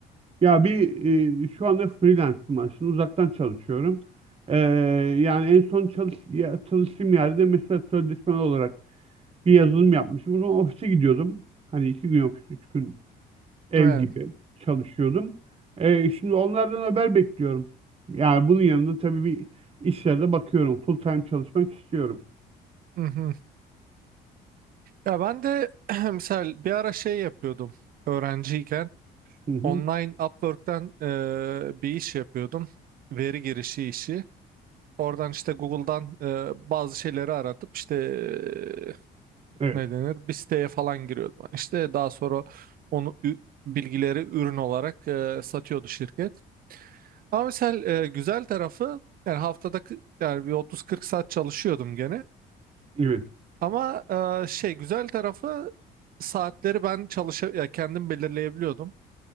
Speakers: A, on the right (about 35°); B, on the right (about 60°).
A: Ya bir e, şu anda freelance'ım aslında uzaktan çalışıyorum. Ee, yani en son çalış, ya, çalıştığım yerde mesela sözleşmeli olarak bir yazılım yapmıştım. O zaman ofise gidiyordum. Hani iki gün ofis, üç gün ev
B: Evet.
A: gibi çalışıyordum. Ee, şimdi onlardan haber bekliyorum. Yani bunun yanında tabii bir işlerde bakıyorum. Full time çalışmak istiyorum.
B: Hı hı. Ya ben de <clears throat> mesela bir ara şey yapıyordum öğrenciyken
A: Hı hı.
B: online Upwork'ten e, bir iş yapıyordum. Veri girişi işi. Oradan işte Google'dan e, bazı şeyleri aratıp işte e,
A: Evet,
B: ne denir bir siteye falan giriyordum. Hani İşte daha sonra onu ü- bilgileri ürün olarak e, satıyordu şirket. Ama mesela e, güzel tarafı yani haftada kı- yani bir 30-40 saat çalışıyordum gene.
A: evet,
B: Ama e, şey güzel tarafı saatleri ben çalış ya kendim belirleyebiliyordum.